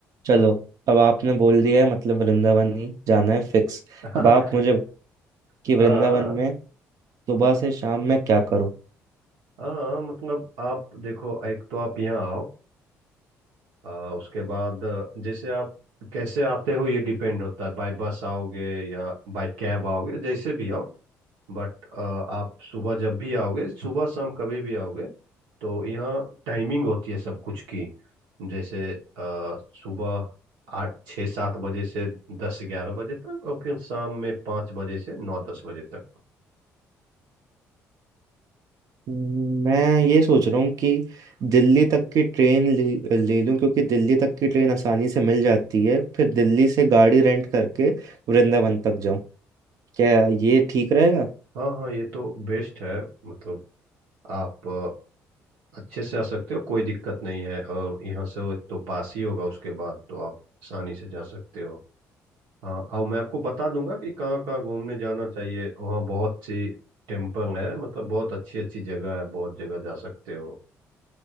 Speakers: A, on the right; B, on the right.
A: चलो अब आपने बोल दिया है मतलब वृंदावन ही जाना है फिक्स
B: <laughs>
A: अब आप मुझे कि वृंदावन
B: हाँ
A: में सुबह से शाम में क्या करूं
B: हाँ मतलब आप देखो एक तो आप यहाँ आओ अ, उसके बाद अ, जैसे आप कैसे आते हो ये डिपेंड होता है बाय बस आओगे या बाय कैब आओगे जैसे भी आओ बट आप सुबह जब भी आओगे सुबह शाम कभी भी आओगे तो यहाँ टाइमिंग होती है सब कुछ की जैसे अ, सुबह आठ छः सात बजे से दस ग्यारह बजे तक और फिर शाम में पाँच बजे से नौ दस बजे तक
A: मैं ये सोच रहा हूँ कि दिल्ली तक की ट्रेन ले, ले लूँ क्योंकि दिल्ली तक की ट्रेन आसानी से मिल जाती है फिर दिल्ली से गाड़ी रेंट करके वृंदावन तक जाऊँ क्या ये ठीक रहेगा
B: हाँ हाँ ये तो बेस्ट है मतलब आप अ, अच्छे से आ सकते हो कोई दिक्कत नहीं है और यहाँ से वो तो पास ही होगा उसके बाद तो आप आसानी से जा सकते हो हाँ और मैं आपको बता दूंगा कि कहाँ कहाँ घूमने जाना चाहिए वहाँ बहुत सी टेम्पल है मतलब बहुत अच्छी अच्छी जगह है बहुत जगह जा सकते हो